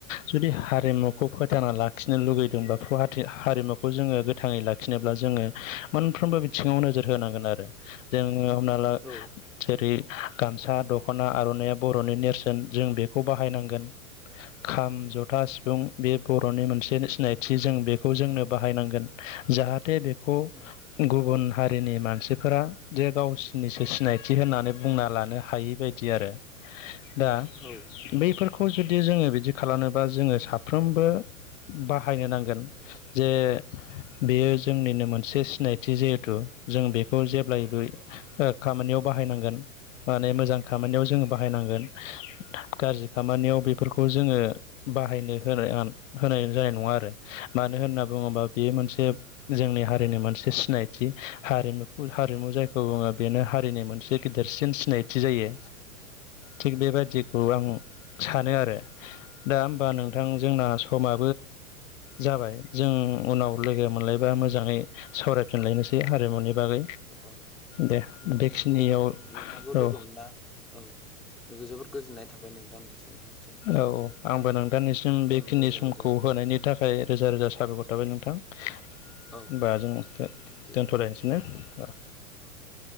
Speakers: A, on the left; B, in the centre.
A: जुदि हारिमुखौ फोथांना लाखिनो लुगैदोंबाथ' हारिमुखौ जोङो गोथाङै लाखिनोब्ला जोङो मोनफ्रोमबो बिथिङाव नोजोर होनांगोन आरो जों नोङो हमना ला
B: औ औ
A: थोरि गामसा दख'ना आर'नाइया बर'नि नेरसोन जों बेखौ बाहायनांगोन। खाम जथा सिफुं बे बर'नि मोनसे सिनायथि जों बे खौ जोंनो बाहायनांगोन जाहाथे बेखौ
B: औ
A: गुबुन हारिनि मानसिफोरा जे गावसिोरनिसो सिनायथि होननानै बुंना लानो हायि बायदि आरो।
B: <unintelligible>
A: दा
B: नोंथां औ औ
A: बैफोरखौ जुदि जदि जोङो बिदि खालामोबा जोङो साफ्रोमबो बाहायनो नांगोन। जे बेयो जोंनिनो मोनसे सिनायथि जिहेथु जों बेखौ जेब्लायबो खामानियाव। बाहायनांगोन माने मोजां खामानियाव जोङो बाहायनांगोन गाज्रि खामानियाव बेफोरखौ जोङो बाहायनो होनाय होनाय जानाय नङा आरो मानो होनना बुङोबा बेयो मोनसे जोंनि हारिनि मोनसे सिनायथि हारिमुखौ हारिमु जायखौ बुङो बेनो हारिनि मोनसे गिदिर बांसिन सिनायथि जायो। थिग बेबायदिखौ आं सानो आरो दा होमबा नोंथां जोंना समा जाबाय जों उनाव लोगो मोनलायबा मोजाङै सावरायफिनलायनोसै
B: औ
A: हारिमुनि बागै
B: औ
A: दे
B: नोंथांखौ
A: बेखिनियाव
B: नोंथांखौ लोगो
A: औ
B: मोनना औ जोबोद गोजोननाय थाबाय नोंथां नोंथांसिम
A: औ आंबो नोंथांनिसिम बेखिनि
B: औ रोजा
A: समखौ
B: रोजा
A: हो बानायनि
B: औ
A: थाखाय रोजा रोजा साबायखर थाबाय नोंथां।
B: औ
A: होनोमबा
B: नोंथां
A: जों
B: थेंकिउ
A: दोनथ'लायनोसै
B: औ
A: ने औ
B: औ औ